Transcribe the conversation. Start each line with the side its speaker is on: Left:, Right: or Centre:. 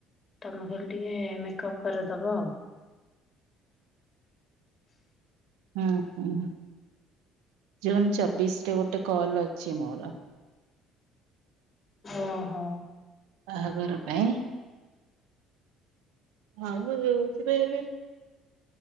Left: ତମେ ଖଲି ଟିକେ ମେକଅପ୍ କରିଦବ ଆଉ
Right: ହୁଁ ହୁଁ ଜୁନ ଚବିଶ ରେ ଗୋଟେ କଲ ଅଛି ମୋର
Left: ଓହୋ
Right: ବାହାଘର ପାଇଁ ଆଉ ମୁ ରହୁଛିବେ ଏବେ